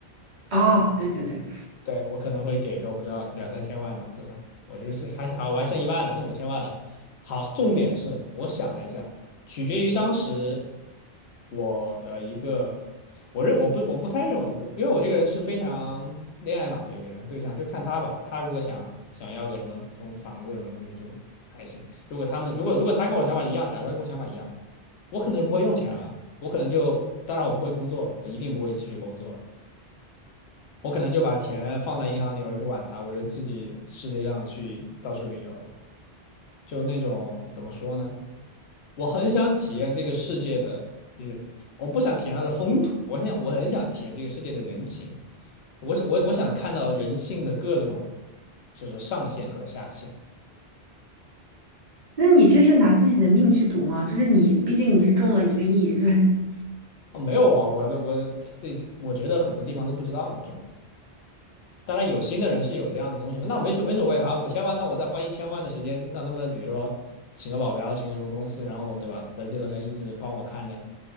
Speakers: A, on the right; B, on the left.
A: 哦，对对对，
B: 对，我可能会给个我不知道两三千万吧，至少我就是还是好，我还剩一万了，剩五千万了。好，重点是我想了一下，取决于当时我的一个，我认我不我不太认为我，因为我这个人是非常恋爱脑的一个人，对象就看他吧，他如果想想要个什么东房子什么东西就还行，如果他们如果如果他跟我想法一样，假装跟我想法一样，我可能就不会用钱了，我可能就当然我不会工作了，我一定不会继续工作我可能就把钱放在银行里，我也不管它，我就自己世界上去到处旅游了。就那种怎么说呢？我很想体验这个世界的，就是我不想体验它的风土，我想我很想体验这个世界的人情。我想我我想看到人性的各种，就是上限和下限。
A: 那你这是拿自己的命去赌吗？就是你，毕竟你是中了一个亿，就是。
B: 哦，没有啊，我的我的这，我觉得很多地方都不知道你中当然有心的人是有这样的东西那没所没所谓哈，五千万，那我再花一千万的时间让他们，比如说请个保镖，请个什么公司，然后对吧，在这段时间一直帮我看着，